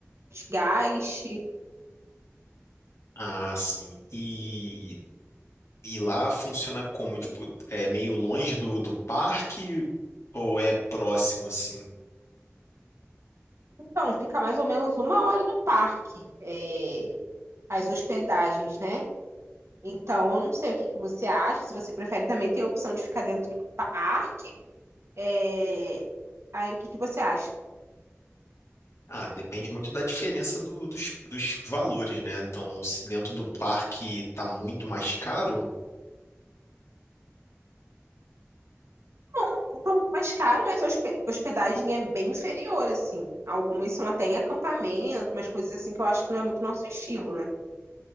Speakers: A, on the right (about 70°); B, on the left (about 70°).
A: gaste.
B: Ah, sim. E E lá funciona como? Tipo, é meio longe do, do parque ou é próximo assim?
A: Então, fica mais ou menos uma hora do parque, é, as hospedagens, né? Então, eu não sei o que que você acha. Se você prefere, também tem a opção de ficar dentro do parque. É, Aí, o que que você acha?
B: Ah, depende muito da diferença do- dos, dos valores, né? Então, se dentro do parque tá muito mais caro.
A: Um pouco mais caro, mas a hospe- hospedagem é bem inferior, assim. Algumas são até em acampamento, umas coisas assim que eu acho que não é muito nosso estilo, né?